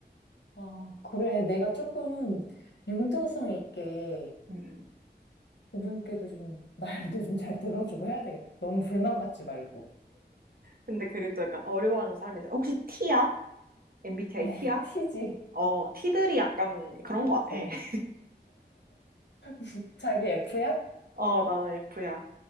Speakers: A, on the left (about 80°); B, on the right (about 55°).
A: 아, 그래. 내가 조금 융통성 있게
B: 음, 음.
A: 그분께도 좀 말도 좀 잘 들어주고 해야 되겠다. 너무 불만 갖지 말고.
B: 근데 그게 또 약간 어려워하는 사람이 있어. 혹시 T야? MBTI
A: 어, <laughs>
B: T야?
A: 티지.
B: 어, T들이 약간 그런 것 같아.
A: 어.
B: <laughs>
A: <laughs> 자기 F야?
B: 어, 나는 F야.